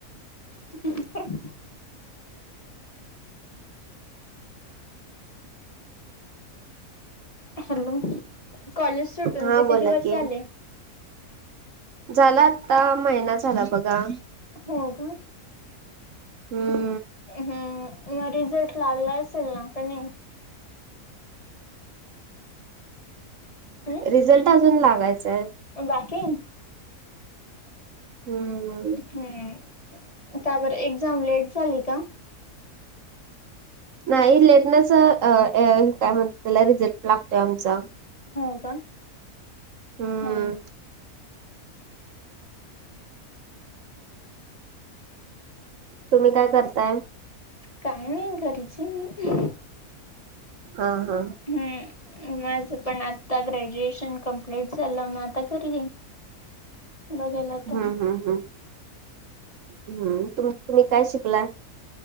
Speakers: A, on the left (about 30°); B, on the right (about 65°).
A: ह हॅलो कॉलेज सुटून
B: हा
A: किती
B: बोला
A: दिवस
B: की
A: ले
B: झाला आत्ता महिना झाला बघा
A: हो का
B: हम्म
A: हम् मग रिझल्ट लागला असेल ना का नाही, हम्म
B: रिझल्ट अजून लागायचाय,
A: बाकी
B: हम्म
A: हम् का बर एक्झाम लेट झाली का,
B: नाही लेटणच, आ आ काय म्हणता त्याला? रिझल्ट लागतोय आमचा
A: हो का?
B: हम्म
A: हा
B: तुम्ही काय करताय?
A: काय नाही घरीचं आहे मी.
B: हा हा.
A: हम्म. माझ पण आता ग्रॅज्युएशन कम्प्लीट झालं, मग आता घरी बघायला आता
B: हम्म हम्, हम् हम्म तुम तुम्ही काय शिकला?